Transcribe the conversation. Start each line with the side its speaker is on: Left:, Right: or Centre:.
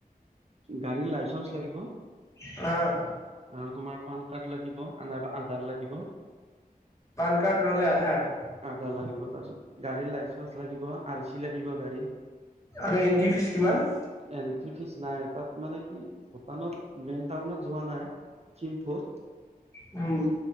Right: গাড়ীৰ লাইচেন্ঞ্চ লাগিব।
Left: অ'।
Right: আৰু তোমাৰ পান কাৰ্ড লাগিব নাইবা আধাৰ লাগিব।
Left: পান কাৰ্ড নহলে আধাৰ।
Right: আধাৰ লাগিব, তাৰপিছত গাড়ীৰ লাইচেন্ঞ্চ লাগিব, আৰ চি লাগিব গাড়ী
Left: আৰু এনট্ৰি ফিজ কিমান?
Right: এন্ট্ৰি ফিজ নাই, তাত মানে কি ভূটানত মেইন টাউনত যোৱা নাই। থিম্পুত
Left: উম।